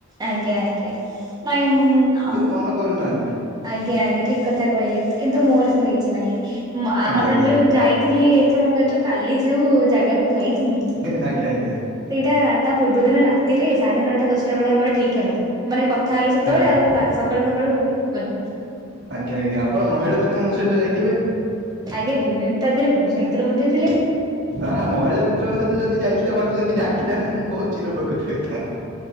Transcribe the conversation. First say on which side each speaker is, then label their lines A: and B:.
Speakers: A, on the right; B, on the right.
A: ଆଜ୍ଞା ଆଜ୍ଞା, ନାଇଁ ମୁଁ ଆ
B: ମନେ କରିନାହାନ୍ତି।
A: ଆଜ୍ଞା ଆଜ୍ଞା, ଠିକ୍ କଥା କହିଲେ, କିନ୍ତୁ ମୋର ସେମିତି କିଛି ନାହିଁ ମା
B: ଆଜ୍ଞା
A: ଆପଣ
B: ଆଜ୍ଞା
A: ଯୋଉ ଯାଇଥିଲି ଏଥରକ ଯୋଉ, କାଲି ଯୋଉ ଜାଗାକୁ ଯାଇଥିଲି।
B: ହେ ଆଜ୍ଞା ଆଜ୍ଞା।
A: ସେଇଟା ତାପୂର୍ବ ଦିନ ରାତିରେ ସାଢେ ନଅଟା ଦଶଟା ବେଳେ ଆମର ଠିକ୍ ହେଲା। ମାନେ କଥା ହେଲୁ ସେତେବେଳେ,
B: ଆଜ୍ଞା
A: ଆଉ କା ସକାଳୁ ସକାଳୁ ଗଲୁ।
B: ଆଜ୍ଞା ଆଜ୍ଞା, ଆପଣ ମହିଳା ମିତ୍ରଙ୍କ ସହିତ ଯାଇଥିବେ?
A: ଆଜ୍ଞା ଦୁହେ ତାଭିତରେ ପୁରୁଷ ମିତ୍ର ମଧ୍ୟ ଥିଲେ।
B: ଆହା ମହିଳା ମିତ୍ରଙ୍କ ସହିତ ଯଦି ଯାଇଥିଲେ ମତେ ଯଦି ଡାକିଥାନ୍ତେ ମୁଁ ବହୁତ୍ ଚିର ପ୍ରକୃତ ହେଇଥାନ୍ତନ୍ତି।